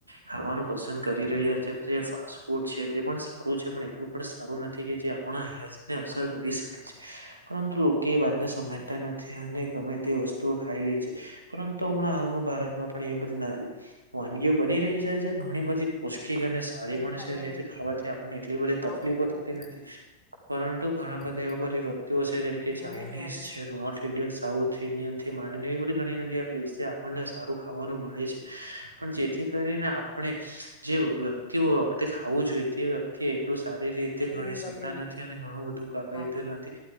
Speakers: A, on the right (about 80°); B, on the left (about 30°).
A: ખાવાનું પસંદ કરી રહ્યા છે જે ફાસ્ટ ફૂડ છે તે પણ સારું છે પણ એટલું પણ સારું નથી કે જે આપણા હેલ્થને અસર કરી શકે છે પરંતુ લોકો એ વાત ને સમજતા
B: પણ
A: નથી અને ગમે તે વસ્તુઓ ખાઈ લે છે પરંતુ હમણાં હાલમાં ભારતમાં પણ એ બધી વાનગીઓ બની રહી છે જે ઘણી બધી પૌષ્ટિક અને સારી
B: મે
A: પણ
B: બી ખાધા
A: છે જેથી ખાવાથી આપણને એટલી બધી તકલીફો
B: પાઉભાજી લઈ
A: થતી
B: આવ્યો
A: નથી. પરંતુ ઘણા
B: બજારથી
A: બધા એવા બધી વ્યક્તિઓ છે જેમ કે
B: ઘેરે
A: ચાાઈનીઝ
B: લઈ આવ્યો
A: છે નોર્થ ઇન્ડિયન, સાઉથ ઇન્ડિયન થી માંડીને એવી બધી ઘણી જગ્યા પ્લેસ છે આપણને સારું ખાવાનું મળે છે. પણ જેથી કરીને આપણે જે વ્યક્તિઓ વખતે ખાવું જોઈએ તે વ્યક્તિ એટલું સારી રીતે
B: હું
A: ગણી
B: મીન
A: શકતા
B: ભાગી
A: નથી અને ઘણું બધું કાપી
B: આઠ
A: નથી.